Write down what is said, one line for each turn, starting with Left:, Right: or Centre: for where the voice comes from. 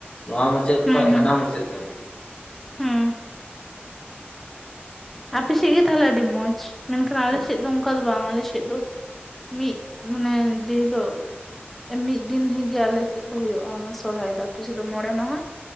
Left: ᱱᱚᱣᱟ ᱢᱩᱪᱟᱹᱫ
Centre: ᱦᱩᱸ
Left: ᱠᱷᱚᱱ
Centre: ᱦᱩᱸ
Left: ᱦᱟᱱᱟ ᱢᱩᱪᱟᱹᱫ ᱫᱷᱟᱹᱵᱤᱡ
Centre: ᱦᱩᱸ ᱟᱯᱮᱥᱮᱫ ᱜᱮ ᱛᱟᱦᱚᱞᱮ ᱟᱹᱰᱤ ᱢᱚᱸᱡᱽ ᱢᱮᱱᱠᱷᱟᱱ ᱟᱞᱮᱥᱮᱫ
Left: ᱦᱮᱸ
Centre: ᱫᱚ ᱚᱱᱠᱟ ᱫᱚ ᱵᱟᱝ ᱟᱞᱮᱥᱮᱫ ᱫᱚ ᱢᱤᱫ ᱢᱟᱱᱮ ᱡᱮᱦᱤᱞᱳᱜ ᱢᱤᱫ ᱫᱤᱱᱜᱮ ᱟᱞᱮ ᱥᱮᱫ ᱫᱚ ᱦᱩᱭᱩᱜᱼᱟ ᱚᱱᱟ ᱥᱚᱨᱦᱟᱭ ᱫᱚ ᱟᱯᱮ ᱥᱮᱫ ᱫᱚ ᱢᱚᱬᱮ ᱢᱟᱦᱟ